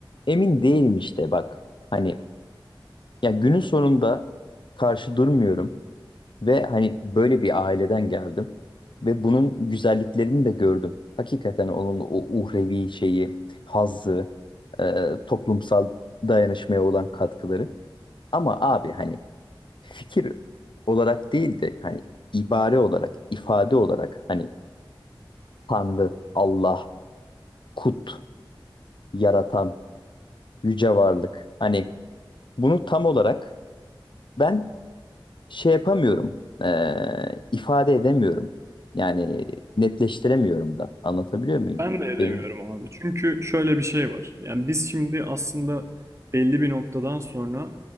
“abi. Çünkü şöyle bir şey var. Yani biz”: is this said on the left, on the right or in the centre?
Right